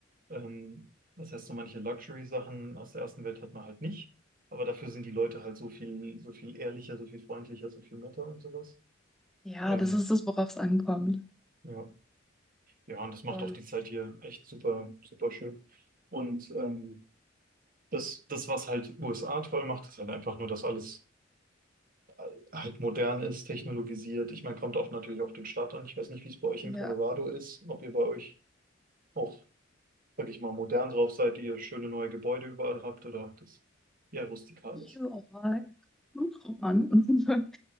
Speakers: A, on the right; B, in the centre.
A: Ähm, das heißt, so manche Luxury-Sachen aus der ersten Welt hat man halt nicht. Aber dafür sind die Leute halt so viel, so viel ehrlicher, so viel freundlicher, so viel netter und sowas.
B: Ja,
A: Ähm,
B: das ist das, worauf es ankommt.
A: ja, Ja, und das macht
B: Voll.
A: auch die Zeit hier echt super, super schön. Und ähm, das, das, was halt USA toll macht, ist halt einfach nur, dass alles äh, halt modern ist, technologisiert. Ich meine, kommt auch natürlich auf den Staat an. Ich weiß nicht, wie es bei euch in
B: Ja,
A: Colorado ist, ob ihr bei euch auch, sag ich mal, modern drauf seid, ihr schöne neue Gebäude überall habt oder ob das eher rustikal ist.
B: überall. Kommt drauf an. <laughs>